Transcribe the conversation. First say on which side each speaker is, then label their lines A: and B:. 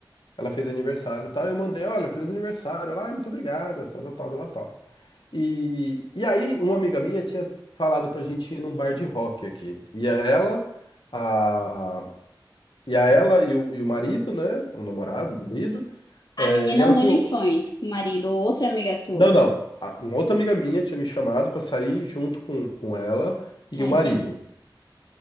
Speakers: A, on the left; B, on the left.
A: ela fez aniversário e tal. Eu mandei, olha, fez aniversário. Ela, ah, muito obrigada, tal, tal, tal, tal, tal. E, e aí, uma amiga minha tinha falado pra gente ir num bar de rock aqui. E a ela, a, e a ela e o, e o marido, né? O namorado, o marido.
B: A
A: é,
B: menina
A: e ela
B: andou
A: falou:
B: em fãs com o marido ou outra amiga tua.
A: não, não. A- Uma outra amiga minha tinha me chamado pra sair junto com, com ela e
B: Tá,
A: o marido.
B: entendi.